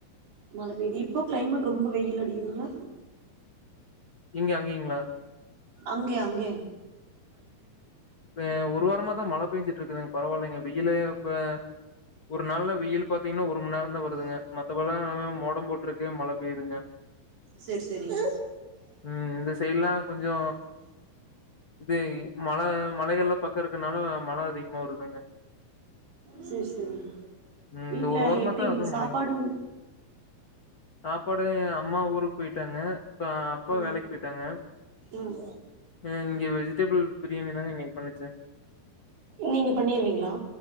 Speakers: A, on the right; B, on the left.
A: மழ பெய்து இப்போ கிளைமேட் ரொம்ப வெய்யில் அடிக்குதுங்களா
B: இங்க அங்கங்களா
A: அங்கே அங்கே
B: ஆஹ் ஒரு வாரமா தான் மழ பெஞ்சுட்டு இருக்குதுங்க பரவாயில்லைங்க வெய்யிலு இப்ப ஒரு நாள்ல வெய்யில் பாத்தீங்கன்னா ஒரு மண் நேரம் தா வருதுங்க மத்தபல்லாம் மோடம் போட் ட்ருக்கு மழ பெய்யுதுங்க
A: செரி செரிங்க
B: ம் இந்த சைடுலா கொஞ்சோ இது மழ மலைகள்ல்லாம் பக்கம் இருக்குறதுனால மழ அதிகமா வருதுங்க
A: சேர் சேரிங்
B: ம்
A: வீட்டு்ல
B: இந்த வாரமா
A: எப்டிங்
B: தான் அதுவும்
A: சாப்பாடுங்
B: மழைங்க. சாப்பாடு அம்மா ஊருக்கு போய்ட் டங்க இப்ப அப்பா
A: ம்
B: வேலைக் போய்ட்டாங்க
A: ம்
B: ம் இங்க வெளி ஜிடபள் ப்ரியாணி தாங்க இன்னைக் பண்ணுச்சு
A: நீங்க பண்ணிருவீங்களா